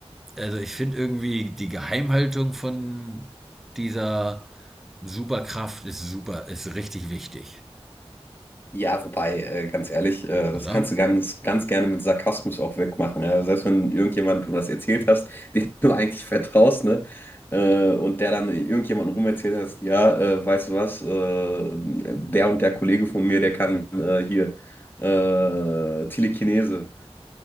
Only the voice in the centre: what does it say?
Also ich finde irgendwie die Geheimhaltung von dieser Superkraft ist super, ist richtig wichtig,
oder?